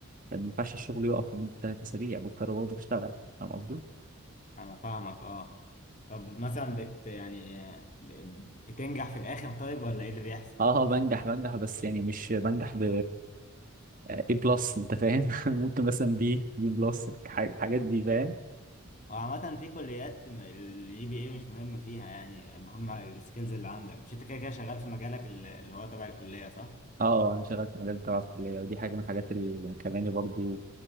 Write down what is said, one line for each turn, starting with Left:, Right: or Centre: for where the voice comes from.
Right: ما ينفعش الشغل يقف لمدة ثلاث أسابيع بكرة برضه تشتغل فاهم قصدي؟
Left: انا فاهمك اه طب مثلا بت يعني ب- بتنجح في الاخر طيب ولا ايه اللي بيحصل
Right: اه آه، بنجح بنجح بس يعني مش بنجح ب آه، A بلس أنت فاهم؟ <laughs> ممكن مثلا بي بي بلس الح- الحاجات دي فاهم؟
Left: هو عامة في كليات الجي بي اي مش مهم فيها يعني مهم السكيلز اللي عندك مش انت كده كده شغال في مجالك ال- اللي هو تبع الكلية صح؟
Right: اه آه، أنا شغال في مجال تبع الكلية ودي حاجة من الحاجات اللي مخلاني برضه